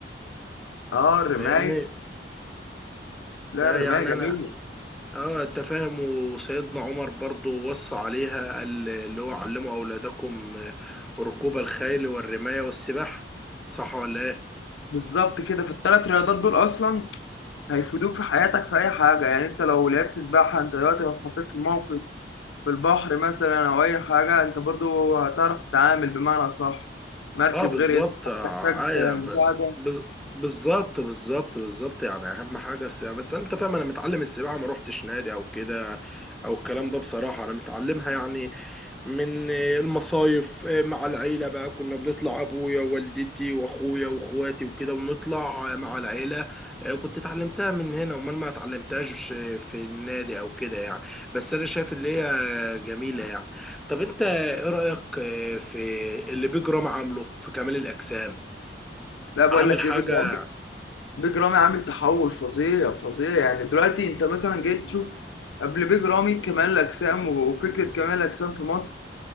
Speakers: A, on the left; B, in the centre.
A: اه الرمايه
B: فاهمني
A: لا
B: بقى
A: الرمايه
B: يعني
A: جميله
B: انا اه انت فاهم وسيدنا عمر برضو وصى عليها قال اللي هو علموا اولادكم آه، ركوب الخيل والرماية والسباحة صح ولا ايه
A: بالظبط كده في الثلاث رياضات دول اصلا هيفيدوك في حياتك في اي حاجه يعني انت لو لعبت سباحه انت دلوقتي لو اتحطيت في موقف في البحر مثلا او اي حاجه انت برضو هتعرف تتعامل بمعنى صح مركب
B: اه بالظبط
A: غرقت
B: آه
A: تحتاج
B: ايوه
A: مساعده
B: ب... ب... بالظبط بالظبط بالظبط يعني اهم حاجه السباحه بس انت فاهم انا متعلم السباحه ما روحتش نادي او كده او الكلام ده بصراحه انا متعلمها يعني من آه، المصايف آه، مع العيله بقى كنا بنطلع ابويا ووالدتي واخويا واخواتي وكده ونطلع آه، مع العيله آه، كنت اتعلمتها من هنا امال ما اتعلمتهاش في النادي او كده يعني بس انا شايف اللي هي آه، جميله يعني طب انت ايه رأيك آه، في اللي بيج رام عامله في كمال الأجسام
A: لا بقول
B: عامل
A: لك
B: حاجة
A: ايه بجد بيج رامي عامل تحول فظيع فظيع يعني دلوقتي انت مثلا جيت تشوف قبل بيج رامي كمال الاجسام وفكره كمال الاجسام في مصر